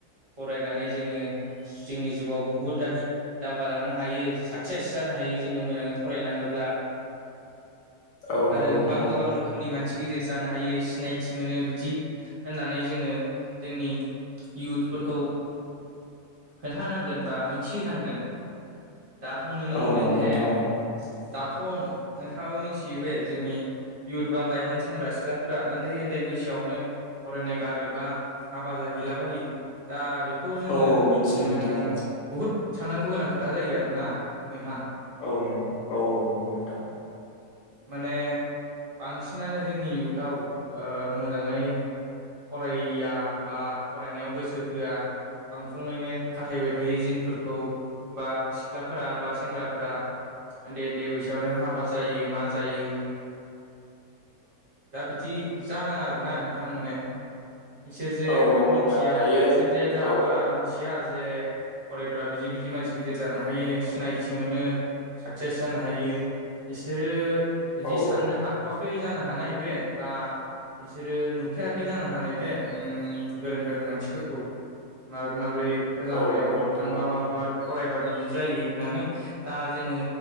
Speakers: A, on the right; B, on the left.
A: फरायनानै जोङो जोंनि जिउआव बहुदआनो दावगालांनो हायो साक्सेस जानो हायो जोङो मोजाङै फरायलाङोब्ला
B: औ
A: आरो
B: नंगौ नोंथां
A: गोबां
B: औ
A: गोबां रोखोमनि मान सि गिदिर जानो हायो सिनायथि मोनो बिदि होननानै जोङो जोंनि इउथफोरखौ खोन्थानांगोन बा मिथिहोनांगोन दाथ' नुनो
B: औ
A: मोनदों
B: नंगौ
A: जे
B: नोंथां औ
A: दाथ' नोंथाङाबो मिथियो बे जोंनि इउथ बा लाइमोन सेंग्रा सिख्लाफोरा उन्दै उन्दै बैसोआवनो फरायनाय गारोब्ला हाबा जाहैलाबायो दा बेखौ जोङो
B: औ औ मिथियो
A: उम
B: नोंथां औ।
A: बहुद साननांगौ गोनां खोथा जायो आरोना नोंथां।
B: औ नंगौ औ औ नंगौ नोंथां।
A: माने बांसिनानो जोंनि इउथाव ओ मोजाङै फरायया बा फरायनायाव गोसो होआ बां फुङैनो खाथायबाय थायो जिनफोरखौ बा सिख्लाफोरा बा सेंग्राफोरा उन्दै-उन्दै बैसोआवनो हाबा जायो मा जायो दा बिदि जानाङा आरोना नोंथां माने। इसोर जे
B: औ नंगौ
A: मिथिया
B: नोंथां दायो
A: इसोर जे दा
B: औ
A: बारा मिथिया जे फरायबा बिदि बिदि मानसि गिदिर जानो हायो सिनायथि मोनो साकसेस जानो हायो। बिसोरो बिदि
B: औ
A: साननो
B: औ
A: हाथ'वाखै जानो हानाय बे बा बिसोरो नुफेराखै जानो हानाय बे ओम गोरों गोरों मानसिफोरखौ माबोरै माबोरै लामायाव
B: औ नंगौ नोंथां
A: थांबा
B: औ
A: माबोरै-माबोरै फरायबा बिदि जायो होननानै दा जोङो